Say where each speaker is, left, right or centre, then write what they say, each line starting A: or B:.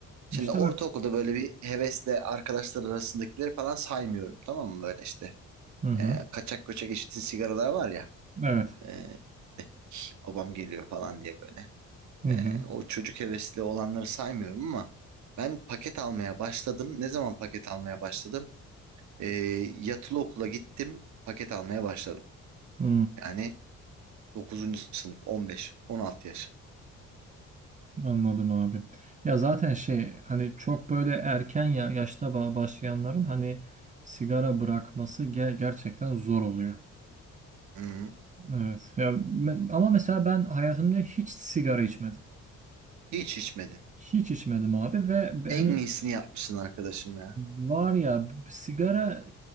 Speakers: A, on the right (about 70°); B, on the right (about 25°).
A: Şimdi
B: İşte
A: ortaokulda
B: bak.
A: böyle bir hevesle arkadaşlar arasındakileri falan saymıyorum tamam mı? Böyle işte
B: Hı hı.
A: e, kaçak göçek içtiğin sigaralar var ya.
B: Evet.
A: e, "Hih, babam geliyor falan diye böyle.
B: Hı hı.
A: E, o çocuk hevesli olanları saymıyorum ama ben paket almaya başladım. Ne zaman paket almaya başladım? E, yatılı okula gittim paket almaya başladım.
B: Hı.
A: Yani 9. sınıf 15-16 yaş.
B: Anladım abi. Ya zaten şey hani çok böyle erken ya yaşta ba- başlayanların hani sigara bırakması ge- gerçekten zor oluyor.
A: Hı
B: Evet. Ya me- ama mesela ben hayatımda hiç sigara içmedim.
A: Hiç içmedin.
B: Hiç içmedim abi ve be-
A: En
B: hani
A: iyisini yapmışsın arkadaşım ya.
B: var ya b- sigara